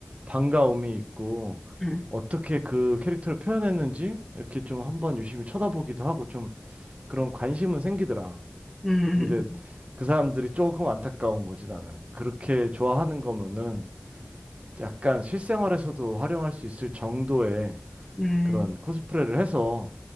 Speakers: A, on the right; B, in the centre.
A: 반가움이 있고
B: 응.
A: 어떻게 그 캐릭터를 표현했는지 이렇게 좀 한번 유심히 쳐다보기도 하고 좀 그런 관심은 생기더라.
B: 음,
A: 근데
B: 음,
A: 그 사람들이 조금 안타까운 거지 나는. 그렇게 좋아하는 거면은 약간 실생활에서도 활용할 수 있을 정도의
B: 음.
A: 그런
B: 음.
A: 코스프레를 해서